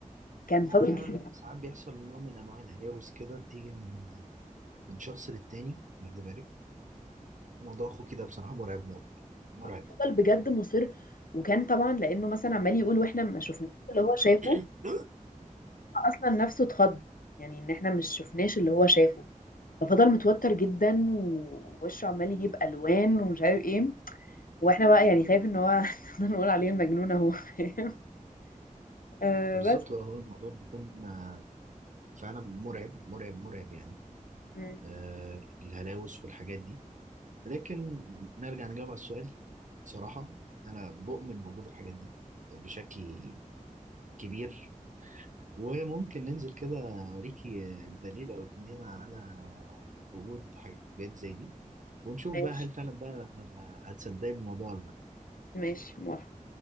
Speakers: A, on the left (about 85°); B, on the right (about 65°).
A: كان
B: ما
A: فضل
B: هو فعلا
A: كتير
B: ساعات بيحصل نوع من انواع الهلاوس كده بتيجي من من شخص للتاني واخد بالك موضوع اخو كده بصراحه مرعب موت مرعب
A: فضل بجد مصر وكان طبعا لانه مثلا عمال يقول واحنا ما شفناش اللي هو شافه
B: <clears throat>
A: اصلا نفسه اتخض يعني ان احنا مش شفناش اللي هو شافه ففضل متوتر جدا ووشه عمال يجيب الوان ومش عارف ايه واحنا بقى يعني خايف ان هو <laughs> نقول عليه المجنون اهو فاهم آه
B: فبالظبط
A: بس
B: بقى هو الموضوع بيكون آه، فعلا مرعب مرعب مرعب يعني
A: مم.
B: آه، الهلاوس والحاجات دي لكن نرجع نجاوب على السؤال صراحة أنا بؤمن بوجود الحاجات دي بشكل كبير وممكن ننزل كده أوريكي دليل أو اتنين على وجود حاجات زي دي ونشوف
A: ماشي
B: بقى هل فعلا بقى هتصدقي بالموضوع ولا لأ
A: ماشي موافقة